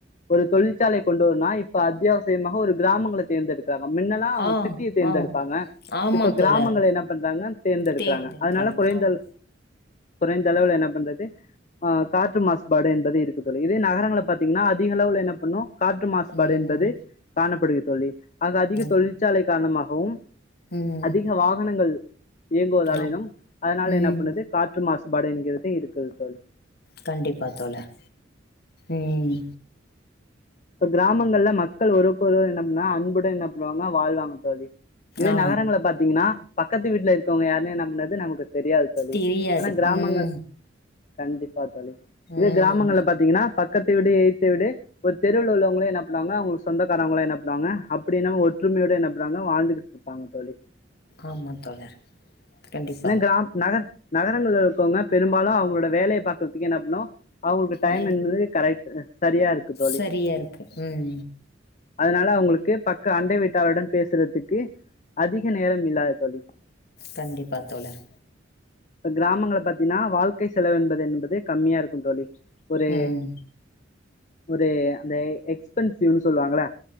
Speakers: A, on the left (about 40°); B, on the left (about 55°).
A: ஒரு தொழிற்சாலை கொண்டு வரோனா இப்ப அத்தியாவசியமாக ஒரு கிராமங்கள தேர்ந்தெடுக் முன்னெல்லா
B: ஆ
A: சிட்டிய தேர்ந்தெடுப்பாங்க
B: ஆ ஆமா
A: இப்ப கிராமங்கள
B: தோழர்
A: என்ன பண்றாங்க தேர்ந்தெடுக்குறாங்க
B: தேர்ந்தெடுக்கறாங்க
A: அதனால குறைந்த
B: ஆமா
A: குறைந்தளவுல என்ன பண்றது ஆ காற்று மாசுபாடு என்பது இருக்குது தோழி இதே நகரங்கள பாத்தீங்கன்னா அது அதிக அளவுல என்ன பண்ணு காற்று மாசுபாடு
B: ம்
A: என்பது காணப்படுகிது. தோழி. ஆக அதிக
B: ம்
A: தொழிற்சாலை காரணமாக வும்
B: ம்
A: அதிக வாகனங்கள் இயங்குவதாலிலும்
B: ஆம்
A: அதனால
B: ம்
A: என்ன பண்ணுது காற்று காற்று மாசுபாடு என்கிறதே இருக்குது தோழி
B: கண்டிப்பா தோழர் உம்
A: இப்ப கிராமங்கள்ல மக்கள் ஒருக்கொருவர் என்ன பண்ணா அன்புடன் என்ன பண்ணுவாங்க வாழ்வாங்க தோழி இதே
B: ஆ
A: நகரங்கள பாத்தீங்கன்னா பக்கத்து வீட்டுல இருக்கவங்க யாரு என்ன பண்றது நமக்கு தெரியாது தோழி
B: தெரியாது
A: ஆனா கிராமங்கள்
B: ம்
A: கண்டிப்பா தோழி இது
B: ம்
A: கிராமங்கள்ள பாத்தீங்கன்னா பக்க பக்கத்து வீடு எதித்த வீடு தெருவில உள்ளவங்களும் என்ன பண்ணுவாங்க அவங்க சொந்தாரங்களாம் என்ன பண்ணுவாங்க அப்படி என்னம்மா ஒற்றுமையோடு என்ன பண்ணுவாங்க வாழ்ந்துகிட்டு இருப்பாங்க தோழி
B: ஆமா தோழர் கண்டிப்பா
A: என்ன கிராமம் நகர் நகரங்கள்ல இருக்கவங்க பெரும்பாலும் அவங்களோட வேலையை பாக்கறதுக்கு என்ன பண்ணுவோம் அவங்களுக்கு டைம்
B: நே
A: என்பது கரெக்ட் சரியா இருக்கு தோழி
B: சரியா இருக்கு உம்
A: அதனால அவங்களுக்கு பக்க அண்டை வீட்டாளருடன் பேசுறதுக்கு அதிக நேரம் இல்லாத தோழி
B: கண்டிப்பா தோழர்
A: கிராமங்கள பாத்தீங்கன்னா வாழ்க்கை செலவு என்பது என்பது கம்மியா இருக்கும் தோழி ஒரு
B: ம்
A: ஒரு தெய் ஹிட்ஸ் எக்பென்சிவ்னு சொல்வாங்கள